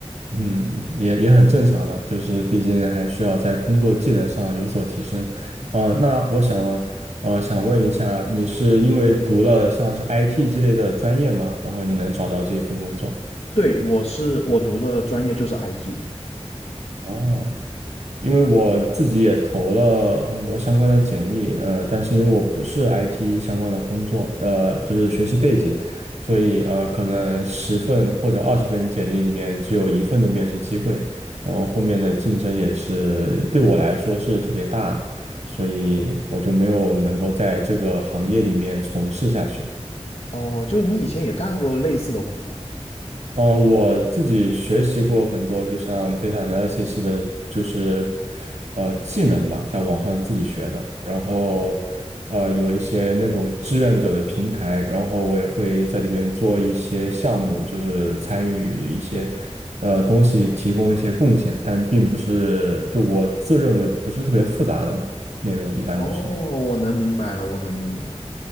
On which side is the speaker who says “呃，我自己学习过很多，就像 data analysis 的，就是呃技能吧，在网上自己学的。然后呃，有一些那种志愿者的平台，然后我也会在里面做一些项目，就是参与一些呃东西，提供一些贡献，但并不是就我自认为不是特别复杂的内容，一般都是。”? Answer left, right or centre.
Right